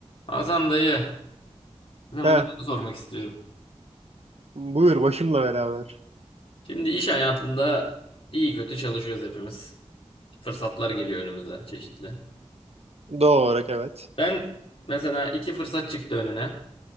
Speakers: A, on the left; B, on the right.
A: Hasan dayı, sana
B: He,
A: bir soru sormak istiyorum.
B: buyur başımla beraber.
A: Şimdi iş hayatında iyi kötü çalışıyoruz hepimiz. Fırsatlar geliyor önümüze çeşitli.
B: Doğal olarak evet.
A: Ben mesela iki fırsat çıktı önüne.